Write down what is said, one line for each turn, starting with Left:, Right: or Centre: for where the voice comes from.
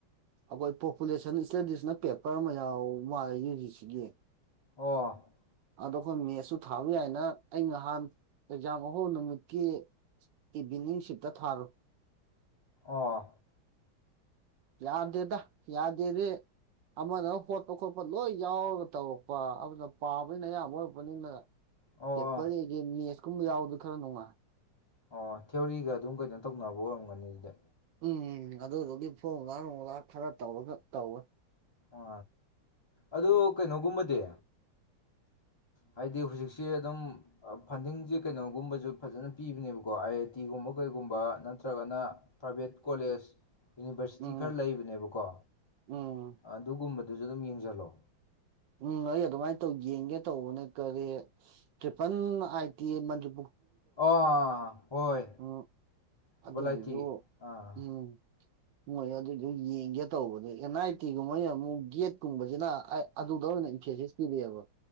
Right: ꯑꯩꯈꯣꯏ ꯄꯣꯄꯨꯂꯦꯁꯟ ꯏꯁꯇꯗꯤꯁꯅ ꯄꯦꯄꯔ ꯑꯃ ꯌꯥꯎ ꯃꯥꯜꯂꯦ ꯌꯨ ꯖꯤꯁꯤꯒꯤ
Left: ꯑꯣ
Right: ꯑꯗꯣ ꯑꯩꯈꯣꯏ ꯃꯦꯠꯁꯨ ꯊꯥꯕ ꯌꯥꯏꯅ ꯑꯩ ꯅꯍꯥꯟ ꯑꯦꯛꯖꯥꯝ ꯑꯍꯨꯝ ꯅꯨꯃꯤꯠꯀꯤ ꯏꯚꯤꯅꯤꯡ ꯁꯤꯞꯇ ꯊꯥꯔꯣ
Left: ꯑꯣ
Right: ꯌꯥꯔꯗꯦꯗ ꯌꯥꯗ ꯌꯦꯗꯤ ꯑꯃꯅ ꯍꯣꯠꯄ ꯈꯣꯠꯄ ꯂꯣꯏ ꯌꯥꯎꯔꯒ ꯇꯧꯔꯛꯄ ꯑꯗꯨꯅ ꯄꯥꯕꯅꯤꯅ ꯑꯌꯥꯝꯕ ꯑꯣꯏꯔꯛꯄꯅꯤꯅ
Left: ꯑꯣ
Right: ꯄꯦꯄꯔ
Left: ꯑꯣ
Right: ꯑꯦꯒꯤ ꯃꯦꯠꯁ ꯀꯨꯝꯕ ꯌꯥꯎꯕꯗꯣ ꯈꯔ ꯅꯨꯡꯉꯥꯏ
Left: ꯑꯣ ꯊꯤꯑꯣꯣꯔꯤꯒ ꯑꯗꯨꯝ ꯀꯩꯅꯣ ꯇꯧꯅꯕ ꯑꯣꯏꯔꯝꯒꯅꯤ ꯁꯤꯗ
Right: ꯎꯝ ꯑꯗꯨꯗꯨꯒꯤ ꯐꯣꯡ ꯂꯥ ꯅꯨꯡꯒꯥ ꯈꯔ ꯇꯧꯔ ꯈ ꯇꯧꯋ
Left: ꯑ ꯑꯗꯨ ꯀꯩꯅꯣꯒꯨꯝꯕꯗꯤ ꯍꯥꯏꯗꯤ ꯍꯧꯖꯤꯛꯁꯦ ꯑꯗꯨꯝ ꯐꯟꯗꯤꯡꯁꯦ ꯀꯩꯅꯣꯒꯨꯝꯕꯁꯨ ꯐꯖꯅ ꯄꯤꯕꯅꯦꯕꯀꯣ ꯑꯩ ꯇꯤꯒꯨꯝꯕ ꯀꯩꯒꯨꯝꯕ ꯅꯠꯇ꯭ꯔꯒꯅ ꯄ꯭ꯔꯥꯏꯚꯦꯠ ꯀꯣꯂꯦꯖ ꯌꯨꯅꯤꯚꯔꯁꯤꯇꯤ
Right: ꯎꯝ ꯎꯝ
Left: ꯈꯔ ꯂꯩꯕꯅꯦꯕꯀꯣ
Right: ꯎꯝ
Left: ꯑꯗꯨꯒꯨꯝꯕꯗ ꯑꯗꯨꯁꯨ ꯑꯗꯨꯝ ꯌꯦꯡꯁꯤꯜꯂꯣ
Right: ꯎꯝ ꯑꯩ ꯑꯗꯨꯃꯥꯏꯅ ꯇꯧ ꯌꯦꯡꯒꯦ ꯇꯧꯕꯅꯦ ꯀꯔꯤ ꯇ꯭ꯔꯤꯄꯜ ꯑꯥꯏ ꯇꯤ ꯃꯇ꯭ꯔꯤ
Left: ꯑꯥ ꯑ ꯍꯣꯏ
Right: ꯎꯝ
Left: ꯊꯄ
Right: ꯑꯗꯨꯒꯤꯁꯨ
Left: ꯂꯥꯏꯇꯤ ꯑꯥ
Right: ꯎꯝ ꯃꯣꯏ ꯑꯗꯨꯏꯁꯨ ꯌꯦꯡꯒꯦ ꯇꯧꯕꯅꯦ ꯑꯦꯟ ꯑꯥꯏ ꯇꯤꯒꯨꯝꯕꯅ ꯑꯃꯨꯛ ꯒꯦꯠꯀꯨꯝꯕꯁꯤꯅ ꯑꯗꯨꯗꯧ ꯑꯣꯏꯅ <unintelligible> ꯀꯗꯤꯕꯣ